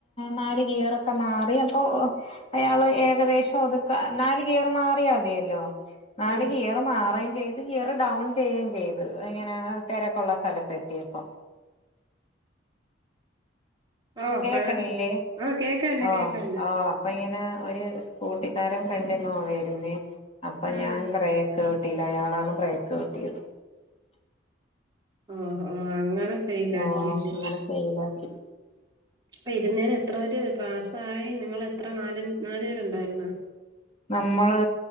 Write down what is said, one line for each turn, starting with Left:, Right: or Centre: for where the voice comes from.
Left: നാല് ഗിയറൊക്കെ മാറി അപ്പോ, അയാള് ഏകദേശം ഒതുക്കാ, നാല് ഗിയറ് മാറിയാ മതിയല്ലോ നാല്
Right: ഉം
Left: ഗിയറ് മാറേം ചെയ് ത് ഗിയർ ഡൗൺ ചെയ്യേം ചെയ്ത്, ഇങ്ങനെ തെരക്കൊള്ള സ്ഥലത്തെത്തിയപ്പം.
Right: ഓ അപ്പഴാ
Left: കേക്കണില്ലേ.
Right: ആ കേക്കാണ്ട്
Left: ആഹ്
Right: കേക്കാണ്ട്
Left: ആഹ് അപ്പ ഇങ്ങനെ ഒരു സ്കൂട്ടിക്കാരൻ ഫ്രണ്ടിന്നാ വരുന്നേ, അപ്പ
Right: ഉം
Left: ഞാൻ ബ്രേ ക്ക് ചവിട്ടിയില്ല. അയാളാണ് ബ്രേക്ക് ചവിട്ടിയത്.
Right: ഉം ഉം അങ്ങനെ ഫൈലാക്കിയല്ലെ
Left: ഓഹ് അങ്ങനെ ഫെയിൽ ആക്കി
Right: അപ്പൊ ഇരുന്നേല് എത്ര പേര് പാസായി? നിങ്ങള് എത്ര നാല് നാല് പേരുണ്ടായിരുന്നാ?
Left: നമ്മള്